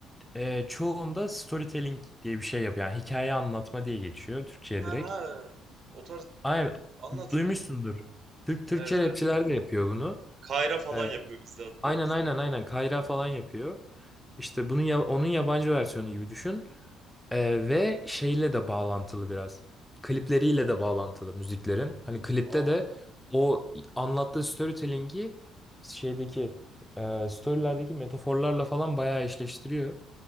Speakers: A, in the centre; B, on the right.
A: e, çoğunda storytelling diye bir şey yapıyor. Yani hikaye anlatma diye geçiyor Türkçe'ye
B: Ha
A: direkt.
B: ha. O tarz
A: Aynen
B: anlat
A: duymuşsundur.
B: be.
A: Türk Türkçe
B: Evet evet.
A: rapçiler de yapıyor bunu.
B: Kayra falan
A: Ee,
B: yapıyor bizde hatta.
A: aynen aynen aynen Kayra falan yapıyor. İşte bunun ya- onun yabancı versiyonu gibi düşün. Ee, ve şeyle de bağlantılı biraz. Klipleriyle de bağlantılı müziklerin. Hani klipte
B: Aa.
A: de o anlattığı storytelling'i şeydeki e, storylerdeki metaforlarla falan bayağı eşleştiriyor.